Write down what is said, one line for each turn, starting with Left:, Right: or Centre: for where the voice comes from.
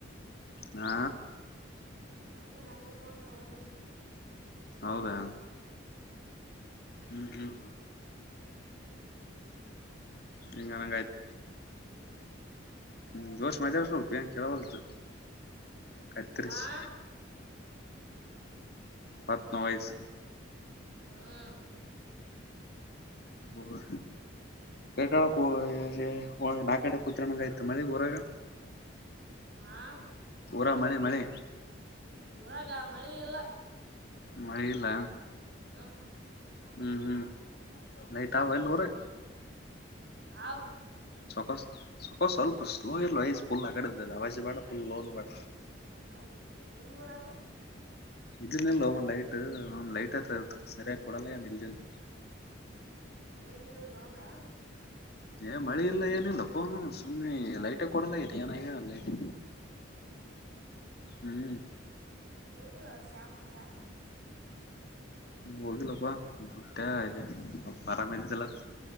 Left: ಹ
Right: ಮನಗೆ ನಗಡುಪಂಗದ ಓದಲಿಲ್ಲ
Left: ಹೌದಾ ಹ್ಮ್ ಹ್ಮ್ ಈಂಗನಂಗಾಯ್ತು
Right: ಹ್ಞೂ
Left: ಹ್ಮ್ ಜೋಶ್ ಮಾತಾಡತೋ ಏನ್ ಕೇಳೋಲ್ತು ಕತ್ರಿಸಿ
Right: ಹಾಂ
Left: <inaudible>
Right: ಹಾ
Left: ಹ ಕೆ ನಾಲ್ಡೆ ಕತ್ಣಂಗ ಆಯ್ತು ಮಳಿ ಊರಾಗ
Right: ಹಾಂ
Left: ವರ ಮಳೆ ಮಳೆ
Right: ಊರಾಗ ಮಳೆ ಇಲ್ಲ
Left: ಮಳಿ ಇಲ್ಲ
Right: <inaudible>
Left: ಹ್ಮ್ ಹ್ಮ್ ಲೈತಾವ ಎಲ್ಲೋರೆ
Right: ಹಾವ್
Left: ಚೊಕಸ್ ಸೊೋ ಸ್ವಲ್ಪ ಸ್ಲೋ ಇೋಪುಲ್ ಆಗಡ ಅವವಜ ಬೇಡ ಪುಲ್ ಲೋ ಬ.
Right: ಹ್ಮ್ ಆಯ್ತು ನಿಮ್ಮ ಮೂರಾಗ
Left: ಇಲ್ನಲ್ ಒಮ್ಮ ಲೈಟ್ ಒ ಲೈಟ್ ಆತ ಸರಿಯಾಗಿ ಕೊಡಲ್ಲ ಏನ್ ಇಲ್ದನ್
Right: ಮಳೆ ಗಿಳೆ ಬಂತಾನ್
Left: ಏ ಮಳಿ ಇಲ್ಲ ಏನಿಲ್ಲಪ್ಪೋನು ಸುಮ್ನೆ ಲೈಟೇ ಕೊಡಲ ಇದ ಏನ ಲೈಟ್
Right: ಹ್ಞೂ
Left: ಹ್ಮ್
Right: ಕುಯಿಲೋ ಶಾಪುರ ಶನ
Left: ಹೋಗಿಲ್ಲಪ್ಪಾ ಬುಟ್ಟ ಈ ಸ್ವಲ್ಪ ಆರಾಮ ಇದಿದ್ದಲ್ಲ